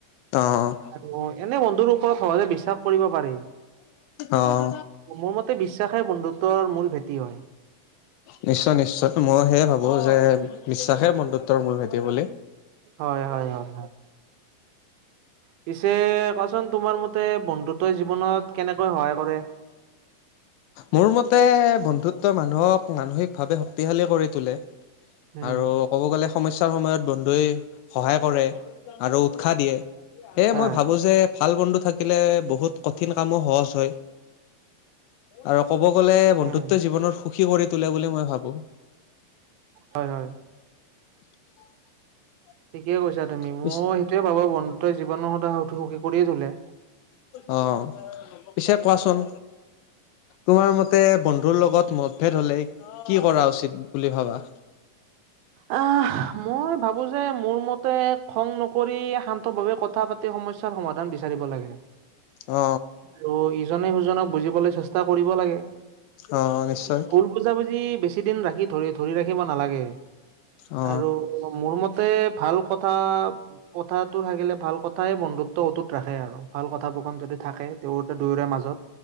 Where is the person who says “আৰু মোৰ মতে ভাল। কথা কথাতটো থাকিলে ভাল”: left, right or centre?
Right